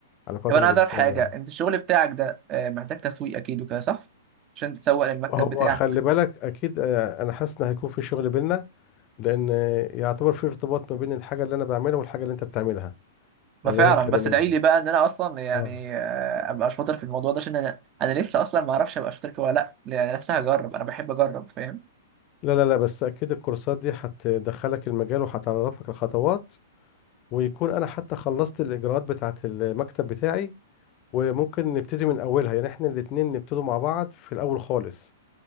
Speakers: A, on the left; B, on the right.
A: على قدر
B: طب انا
A: الامكان
B: عايز اعرف حاجه
A: يعني
B: انت الشغل بتاعك ده آه محتاج تسويق اكيد وكده صح عشان تسوق للمكتب
A: هو
B: بتاعك
A: خلي
B: وكده
A: بالك اكيد آه، انا حاسس ان هيكون في شغل بينا لان آه، يعتبر في ارتباط ما بين الحاجه اللي انا بعملها والحاجه اللي انت بتعملها
B: ما
A: اللي
B: فعلا
A: هي الخدمات
B: بس ادعي
A: دي
B: لي بقى ان انا اصلا يعني
A: اه
B: آه، ابقى شاطر في الموضوع ده عشان انا انا لسه اصلا ما اعرفش ابقى شاطر فيه ولا لا يعني لسه هجرب انا بحب اجرب فاهم
A: لا لا لا بس اكيد الكورسات دي هتدخلك المجال وهتعرفك الخطوات ويكون انا حتى خلصت الاجراءات بتاعه المكتب بتاعي وممكن نبتدي من اولها يعني احنا الاتنين نبتدوا مع بعض في الاول خالص